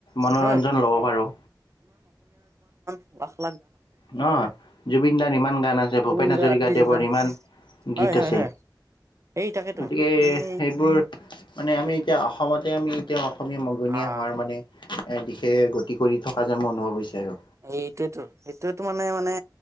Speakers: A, on the left; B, on the right.
A: মনোৰঞ্জন
B: হয়
A: ল'ব পাৰোঁ।
B: ৱাহ
A: ন জুবিন দাৰ ইমান গান আছে ভূপেন
B: গোবিন্দ
A: হাজৰিকাদেৱৰ
B: আত্ৰিশ হাজাৰ
A: ইমান
B: হয়
A: গীত
B: হয়
A: আছে
B: হয় এই তাকেতো
A: গতিকে
B: মানে
A: সেইবোৰ মানে আমি এতিয়া অসমতে আমি এতিয়া অসমীয়া মগনীয়া
B: আহ
A: হোৱাৰ মানে দিশে গতি কৰি থকা যেন ম অনুভৱ হৈছে আৰু
B: এইটোয়েতো এইটোৱেটো মানে মানে